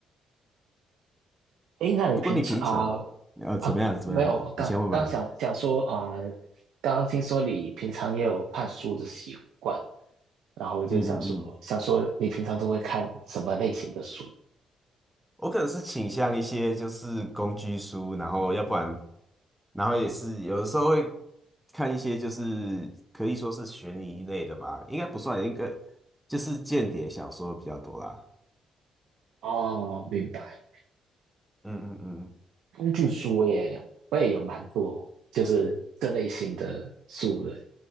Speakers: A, on the right; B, in the centre.
A: 诶，那你平常啊
B: 不过你平常呃怎么样怎么样，
A: 啊，没有，我刚刚想想说啊，
B: 你先问吧。
A: 刚刚听说你平常也有看书的习惯，然后我就想说想说你平常都会看什么类型的书？
B: 嗯嗯嗯我可能是倾向一些就是工具书，然后要不然，然后也是有的时候会看一些就是可以说是悬疑类的吧，应该不算，一个，就是间谍小说比较多啦。
A: 哦，明白。
B: 嗯嗯嗯
A: 工具书我也我也有蛮多，就是这类型的书的，